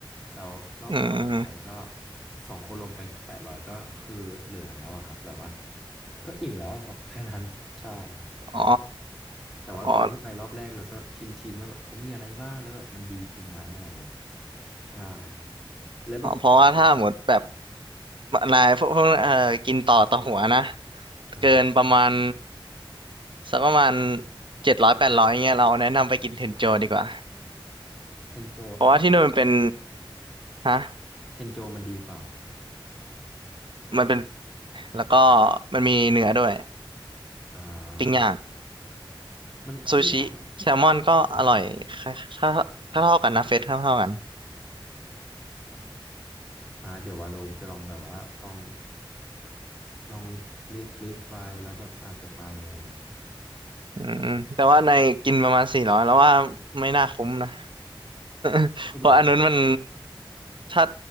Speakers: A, in the centre; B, on the right.
A: แล้วรอบอื่นไปก็
B: อืม
A: สองคนรวมกันก็แปดร้อยก็คือเหลือแล้วอะครับแบบว่าก็อิ่มแล้วอะสอง <laughs> แค่นั้น <laughs> ใช่ครับ
B: อ
A: แต่ว่าตอนที่ไปรอบแรกเราก็ชิมชิมว่าแบบเขามีอะไรบ้างแล้วแบบมันดีจริงไหมอะไรเงี้ย
B: ๋อ
A: ใช่ครับแล้วแบบ
B: อ๋อเพราะว่าถ้าหมดแบบ นายพวกพวกเอ่อกินต่อต่อหัวนะ
A: อ่า
B: เกินประมาณสักประมาณเจ็ดร้อยแปดร้อยเงี้ยเราแนะนำไปกินเทนโจดีกว่า
A: เทนโจเทน
B: เพราะว่าที่นู่นมันเป็นฮะ
A: เทนโจมันดีกว่าเหรอ
B: มันเป็นแล้วก็มันมีเนื้อด้วย
A: อ่า
B: ปิ้งย่าง
A: มันชื่อร้าน
B: ซูชิแซลมอนก็อร่อยถ้าถ้าเท่ากันนะเฟสเท่าเท่ากัน
A: อ่าเดี๋ยวว่าเราจะลองแบบว่าลองลองลิสต์ลิสต์ไว้แล้วแบบอาจจะไปอะไรเงี้ย
B: อืมแต่ว่าในกินประมาณสี่ร้อยแล้วว่าไม่น่าคุ้มนะ <laughs>
A: คือแบบว่า
B: เพราะอันนู้นมันถ้า